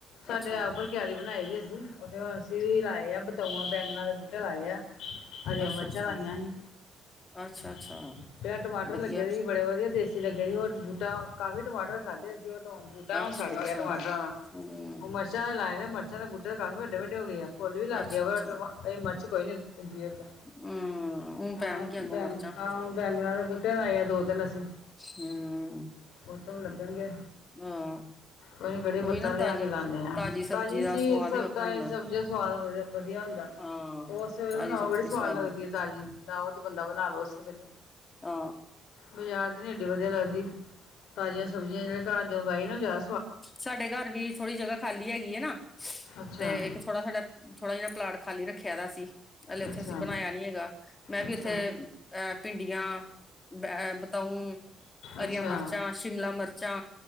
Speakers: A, on the left; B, on the left.
A: ਸਾਡੇ
B: ਅੱਛਾ
A: ਆਪ ਕਿਆਰੀ ਬਣਾਈ ਵੀ ਅਸੀਂ। ਉੱਥੇ ਹੁਣ ਅਸੀਂ ਲਾਏ ਆ ਬਤੋਆਂ ਬੈਗਨਾਂ ਦੇ ਬੂਟੇ ਲਾਏ ਆ। ਹਰੀਆਂ
B: ਅੱਛਾ
A: ਮਿਰਚਾਂ
B: ਅੱਛਾ
A: ਲਾਈਆਂ ਸੀ।
B: ਅੱਛਾ
A: <unintelligible>
B: ਅੱਛਾ
A: ਫਿਰ ਟਮਾਟਰ
B: ਵਧੀਆ
A: ਲੱਗੇ ਸੀ। ਬੜੇ ਵਧੀਆ ਦੇਸੀ। ਅਸੀ ਲੱਗੇ ਸੀ ਉਹ ਬੂਟਾ ਕਾਫੀ ਟਮਾਟਰ ਖਾਧੇ ਅਸੀ ਔਰ ਬੂਟਾ
B: ਅੱਛਾ
A: ਹੁਣ ਸੜ
B: ਅੱਛਾ
A: ਗਿਆ ਟਮਾਟਰਾਂ ਦਾ।
B: ਹੂੰ
A: ਉਹ ਮਿਰਚਾਂ ਲਾਏ ਦੇ ਮਚਾਂ ਬੂਟੇ ਤੇ ਕਾਫੀ ਵੱਡੇ-ਵੱਡੇ ਹੋ ਗਏ ਆ। ਫੁੱਲ ਵੀ ਲਾਗੇ
B: ਅੱਛਾ
A: ਆ
B: ਅੱਛਾ
A: ਇਹ ਮਰਚ ਕੋਈ ਨੀ ਉਗੀ ਉਤੇ
B: ਹੂੰ ਹੁਣ
A: ਹਾਂ
B: ਪੈਣਗੀਆਂ ਅੱਗੋਂ
A: ਬੈਂਗ
B: ਮਿਰਚਾਂ
A: ਹਾਂ ਬੈਂਗਣਾ ਦੇ ਬੂਟੇ ਲਏ ਆ ਦੋ ਤਿੰਨ ਅਸੀਂ।
B: ਹਮ।
A: ਉਹ ਤਾਂ ਲੱਗਣਗੇ।
B: ਹਾਂ।
A: ਉਹਨੂੰ ਕੜੀ ਪੱਤਾ
B: ਉਹੀ ਨਾ
A: ਲਿਆ
B: ਤਾਜ਼ੀ
A: ਕੇ ਲਾਉਦੇ ਆਂ ਤਾਜ਼ੀ
B: ਸਬਜ਼ੀ ਦਾ
A: ਚੀਜ਼
B: ਸਵਾਦ ਹੀ ਵੱਖਰਾ
A: ਤਾਜ਼ੀ
B: ਹੁੰਦਾ
A: ਸਬਜ਼ੀ ਦਾ ਸਵਾਦ ਵਧ ਵਧੀਆ ਹੁੰਦਾ।
B: ਹਾਂ
A: <inaudible> ਉਸ ਵੇਲੇ
B: ਤਾਜ਼ੀ
A: ਨਾ
B: ਸਬਜ਼ੀ
A: ਉਹ ਬੜੀ
B: ਦਾ
A: ਸਵਾਦ ਲੱਗਦੀ
B: ਵਧੀਆ
A: ਤਾਜ਼ੀ ਨਾ ਉਹ ਤੇ ਬੰਦਾ ਬਣਾ ਲੋੋ ਉਸੇ ਵੇਲੇ
B: ਆ।
A: ਬਾਜ਼ਾਰ ਦੀ ਨੀ ਏਡੀ ਵਧੀਆ ਲੱਗਦੀ। ਤਾਜ਼ੀਆਂ ਸਬਜ਼ੀਆਂ ਜਿਹੜੇ ਘਰ ਦੇ ਉਗਾਈ ਨਾ ਜਾ
B: ਸਾਡੇ ਘਰ ਵੀ ਥੋੜ੍ਹੀ ਜਗ੍ਹਾ ਖਾਲੀ ਹੈਗੀ ਹੈ ਨਾ
A: ਅੱਛਾ
B: ਤੇ ਇੱਕ ਥੋੜਾ ਸਾਡਾ ਥੋੜ੍ਹਾ ਜਿਹਾ ਪਲਾਟ ਖਾਲੀ ਰੱਖਿਆ ਦਾ ਸੀ ਹਲੇ ਉੱਥੇ
A: ਅੱਛਾ
B: ਅਸੀਂ ਬਣਾਇਆ ਨੀ ਹੈਗਾ ਮੈਂ ਵੀ
A: ਅੱਛਾ
B: ਉੱਥੇ ਮੈਂ ਵੀ ਉੱਥੇ ਭਿੰਡੀਆਂ, ਬਤਾਊ,
A: ਅੱਛਾ
B: ਹਰੀਆਂ ਮਿਰਚਾਂ, ਸ਼ਿਮਲਾ ਮਿਰਚਾਂ